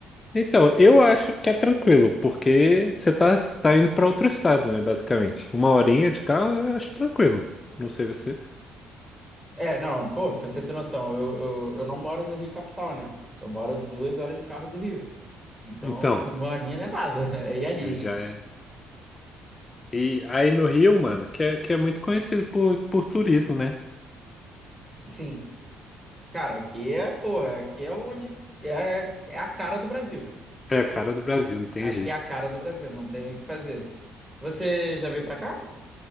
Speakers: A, on the left; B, on the right.
A: Então, eu acho que é tranquilo, porque você tá, tá indo pra outro estado, né? Basicamente. Uma horinha de carro, eu acho tranquilo. Não sei você.
B: É, não, pô, pra você ter noção, eu, eu, eu não moro no Rio Capital, né? Eu moro duas horas de carro do Rio. Então,
A: Então,
B: <laughs> uma horinha não é nada. <laughs> É ir ali.
A: já é. E aí no Rio, mano, que é, que é muito conhecido por, por turismo, né?
B: Sim, cara, aqui é, porra, aqui é onde é, é a cara do Brasil.
A: É a cara do Brasil, não tem
B: Aqui
A: jeito.
B: é a cara do Brasil, não tem o que fazer. Você já veio pra cá?